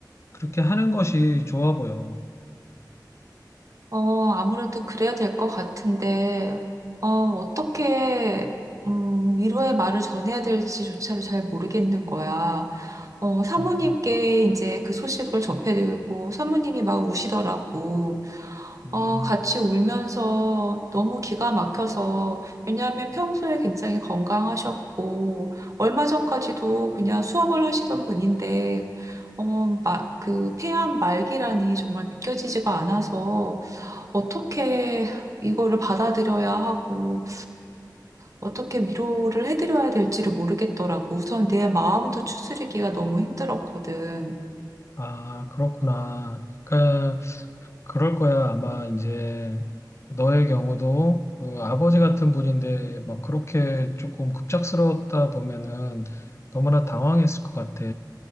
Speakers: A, on the left (about 35°); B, on the right (about 45°).
A: 그렇게 하는 것이 좋아 보여.
B: 어, 아무래도 그래야 될 것 같은데, 어, 어떻게, 음, 위로의 말을 전해야 될지조차를 잘 모르겠는 거야. 어, 사모님께
A: 음,
B: 이제 그 소식을 접해드리고, 사모님이 막 우시더라고.
A: 음.
B: 어, 같이 울면서 너무 기가 막혀서, 왜냐하면 평소에 굉장히 건강하셨고, 얼마 전까지도 그냥 수업을 하시던 분인데, 어, 마, 그, 폐암 말기라니 정말 믿겨지지가 않아서, 어떻게 이거를 받아들여야 하고, 어떻게 위로를 해드려야 될지를 모르겠더라고. 우선 내 마음도 추스르기가 너무 힘들었거든.
A: 아, 그렇구나. 그러니까 그럴 거야. 아마 이제 너의 경우도 그 아버지 같은 분인데 막 그렇게 조금 급작스러웠다 보면은 너무나 당황했을 것 같아.